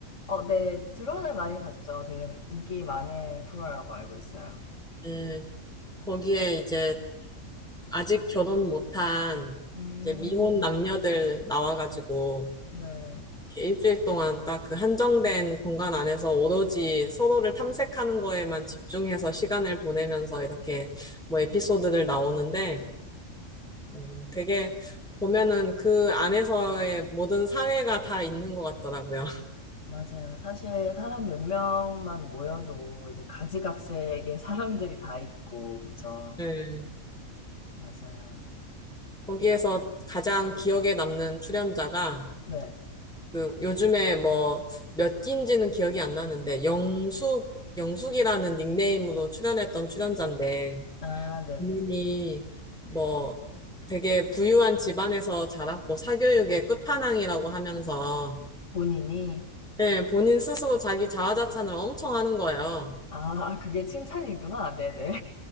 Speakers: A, on the left; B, in the centre.
A: 어, 네, 드론을 많이 봤죠. 되게 인기 많은 프로라고 알고 있어요.
B: 네. 거기에 이제 아직 결혼 못한
A: 음,
B: 이제 미혼 남녀들 나와가지고
A: 네.
B: 이렇게 일주일 동안 딱 그 한정된 공간 안에서 오로지 서로를 탐색하는 거에만 집중해서 시간을 보내면서 이렇게 뭐 에피소드들 나오는데 음, 되게 보면은 그 안에서의 모든 사회가 다 있는 것 같더라고요. <laughs>
A: 맞아요. 사실 사람 몇 명만 모여도 이제 가지각색의 <laughs> 사람들이 다 있고, 그쵸?
B: 네.
A: 맞아요.
B: 거기에서 가장 기억에 남는 출연자가
A: 네.
B: 그 요즘에 뭐 몇 기인지는 기억이 안 나는데 영숙 영숙이라는 닉네임으로 출연했던 출연자인데
A: 아, 네네.
B: 본인이 뭐 되게 부유한 집안에서 자랐고 사교육의 끝판왕이라고 하면서
A: 본인이?
B: 예, 본인 스스로 자기 자화자찬을 엄청 하는 거예요.
A: 아, 그게 칭찬이구나. 네네.